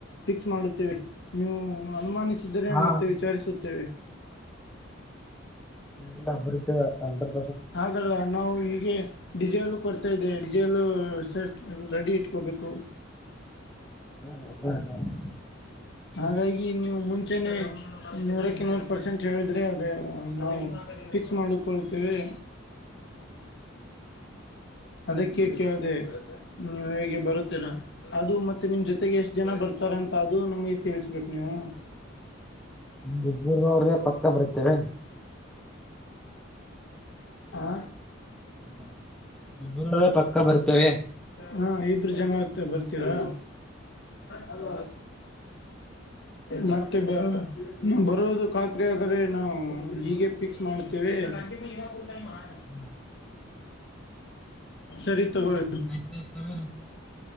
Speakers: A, on the left; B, in the centre.
A: ಫಿಕ್ಸ್ ಮಾಡುತ್ತೇವೆ. ನೀವು ಅನುಮಾನಿಸಿದರೆ
B: ಹಾ
A: ಮತ್ತೆ ವಿಚಾರಿಸುತ್ತೇವೆ.
B: ಇಲ್ಲ ಅಭಿವದ್ಧಿ ಕಂಡ್ರ್
A: ಹಾಗಲ್ಲ ನಾವು ಹೀಗೆ ಡಿಸೇಲು ಕೊಡ್ತಾ ಇದೆ ಹೇಳಿ ಜಲ್ಲ ಸೆಟ್ ರೆಡಿ ಇಟ್ ಕೊಬೇಕ್ಕು
B: <unintelligible>
A: ಹಾಗಾಗಿ ನೀವು ಮುಂಚೆನೆ ನೂರಕ್ಕೆ ನೂರು ಪರ್ಸೆಂಟ್ ಹೇಳಿದರೆ ಅದು ನಾವು ಫಿಕ್ಸ್ ಮಾಡು ಕೊಳ್ತೆವೆ. ಅದಕ್ಕೆ ಕೇಳಿದೆ ನೀವ್ ಹೇಗೆ ಬರುತ್ತೀರಾ ಅದು ಮತ್ತೆ ನಿಮ್ ಜೊತೆಗೆ ಟ್ ಜನ ಬರ್ತಾರೆ ಅಂತ ಅದು ನಮ್ಗೆ ತಿಳಿಸ್ಬೇಕ್ ನೀವು.
B: ನಿಮ್ ಇಬ್ಬರವರ್ಗೆ ಪಕ್ಕ ಬರ್ತ್ತೇವೆ.
A: ಹಾ
B: ಹ್ಮ ಇಬ್ರ್ ಪಕ್ಕ ಬರ್ ತೆವೆ.
A: ಹಾ ಇಬ್ರು ಜನತ್ತ ಬರ್ತೀರಾ. ಅದು ಮತ್ತೆ ಬ ನಾವು ಬರೋದು ಖಾತ್ರಿ ಆದರೆ ನಾವು ಹೀಗೆ ಫಿಕ್ಸ್ ಮಾಡ್ತೇವಿ. <unintelligible>
B: ಹ್ಮ
A: ಸರಿ ತಗೊಳ್
B: ಆಯ್ತಾಯ್ತು ತಗೋರಿ